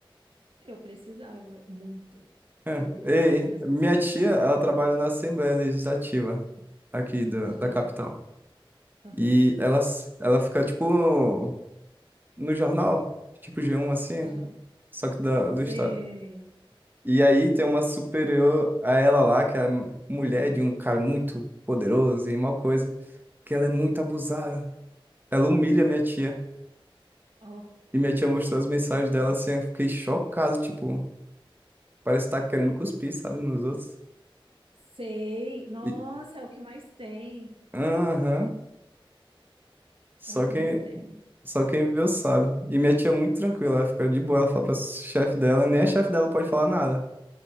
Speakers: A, on the right (about 75°); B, on the right (about 20°).
A: eu precisava muito.
B: É.
A: Eu,
B: Ei,
A: eu era uma das pessoas
B: minha tia,
A: que precisava
B: ela trabalha
A: muito.
B: na Assembleia Legislativa aqui da,
A: Aham,
B: da capital.
A: aham,
B: E ela, ela fica, tipo, no jornal, tipo G1, assim,
A: aham.
B: só que da,
A: Você.
B: do estado. E aí tem uma superior a ela lá, que é mulher de um cara muito poderoso e mal coisa, que ela é muito abusada. Ela humilha minha tia.
A: Ó,
B: E minha tia mostrou as mensagens
A: chocada.
B: dela assim, eu fiquei chocado, tipo, parece estar querendo cuspir, sabe, nos outros.
A: Sei. Nossa,
B: E
A: é o que mais tem.
B: aham, só
A: É o que
B: quem
A: mais tem.
B: só quem viveu sabe. E minha tia é muito tranquila, ela fica de boa, ela fala pra chefe dela, nem a chefe dela pode falar nada,